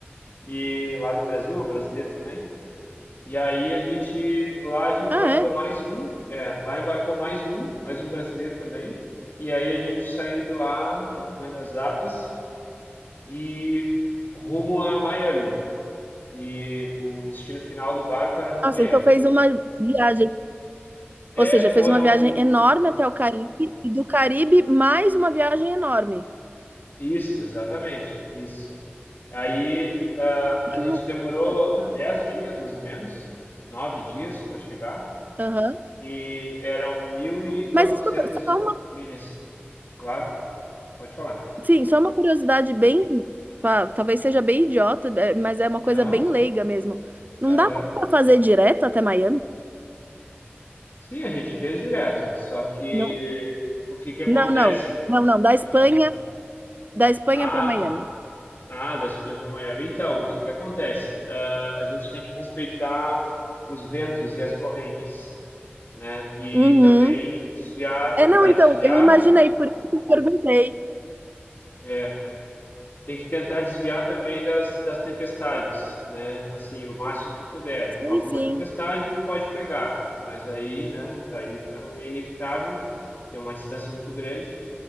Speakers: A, on the left (about 55°); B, on the right (about 45°).
A: e lá do Brasil, é um brasileiro também. E aí a gente lá a gente
B: Ah,
A: embarcou
B: é?
A: mais um, é, lá embarcou mais um, mais um brasileiro também. E aí a gente saiu de lá, não lembro as datas, e rumo a Miami. E o destino final do barco era
B: Nossa,
A: Miami.
B: então fez uma viagem.
A: É,
B: Ou seja,
A: foram
B: fez uma viagem enorme até o Caribe e do Caribe mais uma viagem enorme.
A: Isso, exatamente, isso. Aí ah, a
B: Que
A: gente
B: loucura,
A: demorou
B: cara.
A: 10 dias, mais ou menos, 9 dias para chegar,
B: Aham.
A: e eram mil e quatrocentas
B: Mas escuta, só uma,
A: milhas, claro, pode falar.
B: sim, só uma curiosidade bem, pá, talvez seja bem idiota, é, mas é uma
A: Não,
B: coisa bem leiga mesmo. Não
A: aham.
B: dá pra fazer direto até Miami?
A: Sim, a gente fez direto, só que
B: Não,
A: o que que acontece?
B: não, não. Não, não, da Espanha,
A: Ah,
B: da Espanha
A: ah,
B: para Miami.
A: ah, da Espanha para Miami. Então, o que que acontece? Ah, a gente tem que respeitar os ventos e as correntes. né? E
B: Uhum.
A: também desviar, tentar
B: É, não, então,
A: desviar,
B: eu imaginei, por isso
A: é,
B: que eu perguntei.
A: é, tem que tentar desviar também das, das tempestades, né? Assim, o máximo que puder.
B: Sim,
A: Alguma
B: sim.
A: tempestade pode pegar, mas aí, né? Aí também é inevitável, porque é uma distância muito grande.